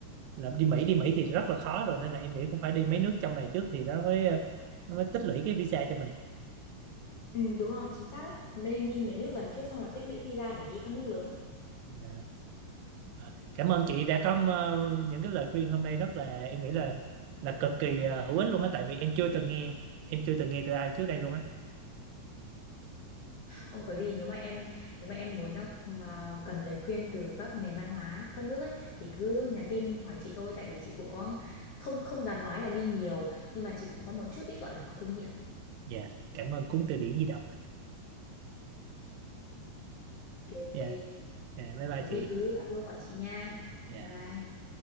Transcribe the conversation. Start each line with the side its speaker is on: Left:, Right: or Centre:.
Right: là đi Mỹ đi Mỹ thì rất là khó rồi nên là em nghĩ cũng phải đi mấy nước trong này trước thì nó mới ờ, nó mới tích lũy cái visa cho mình
Left: Ừ, đúng rồi, chính xác đấy. Mình nên đi mấy nước gần trước xong rồi tích lũy visa để đi các nước lớn.
Right: Dạ. Ờ, cảm ơn chị đã có ờ, những cái lời khuyên hôm nay rất là em nghĩ là là cực kỳ ờ, hữu ích luôn á tại vì em chưa từng nghe em chưa từng nghe từ ai trước đây luôn á
Left: Không có gì nếu mà em nếu mà em muốn ờ, cần lời khuyên từ các nền văn hóa các nước ấy thì cứ nhắn tin hỏi chị thôi tại vì chị cũng có không không dám nói là đi nhiều nhưng mà chị cũng có một chút ít gọi là có kinh nghiệm.
Right: dạ cảm ơn cuốn từ điển di động
Left: Ok,
Right: dạ dạ, bye bye
Left: có gì
Right: chị
Left: cứ alo gọi chị nha.
Right: Dạ.
Left: Bye bye.